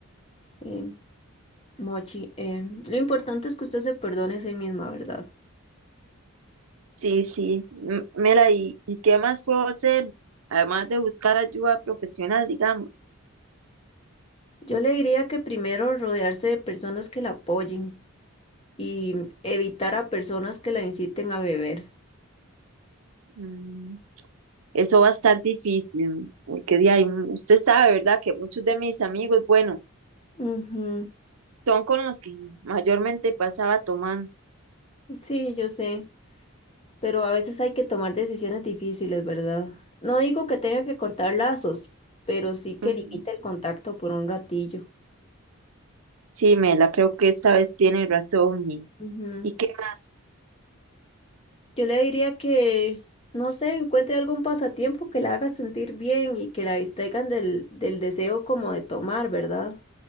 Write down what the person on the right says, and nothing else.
Sí, sí, M- Mela, ¿y, y qué más puedo hacer? Además de buscar ayuda profesional, digamos.
Mm, eso va a estar difícil, porque de ahí, mm, usted sabe, ¿verdad? Que muchos de mis amigos, bueno,
son con los que mayormente pasaba tomando.
Ujú.
Sí, Mela, creo que esta vez tiene razón. ¿Y,
y qué más?